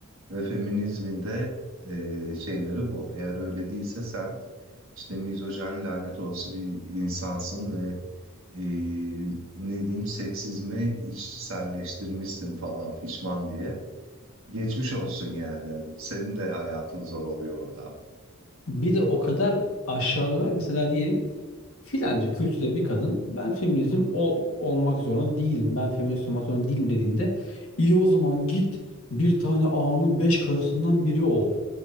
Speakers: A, on the right (about 60°); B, on the left (about 70°).
A: ve feminizmin de, eee, şeyleri bu. Eğer öyle değilse sen, işte, mizojen, lanet olası bir insansın ve, eee, ne diyeyim, seksizmi içselleştirmişsin falan fişman diye Geçmiş olsun yani. Senin de hayatın zor oluyor orada.
B: Bir de o kadar aşağılıyorlar. Mesela diyelim filanca kültürde bir kadın ben feminizm ol olmak zorunda değilim, ben feminist olmak zorunda değilim dediğinde, iyi o zaman git bir tane ağanın 5 karısından biri ol.